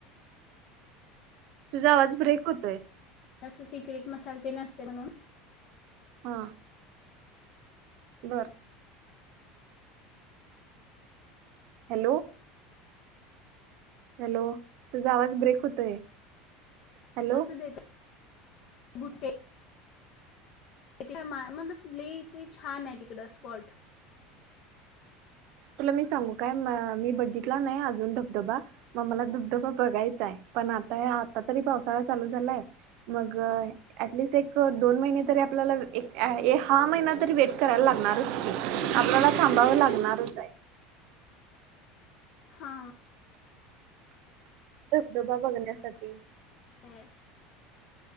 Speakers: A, on the right (about 50°); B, on the left (about 50°).
A: तुझा आवाज ब्रेक होतोय
B: असं सिक्रेट मसाला तेन असते म्हणून
A: हा बर हॅलो हॅलो तुझा आवाज ब्रेक होतोय हॅलो
B: मस्त देत् भुट्टे <inaudible> मतलब लय ते छान हाय तिकडं स्पॉट
A: तुला मी सांगू काय, मी बघितला नाही अजून धबधबा. मग मला धबधबा बघायचा आहे, पण आता आता तरी पावसाळा चालू झालाय. मग ॲटलिस्ट एक दोन महिने तरी आपल्याला एक हा महिना तरी वेट करायला लागणारच, आपल्याला थांबावं लागणारच आहे.
B: हां.
A: धबधबा बघण्यासाठी.
B: हम्म.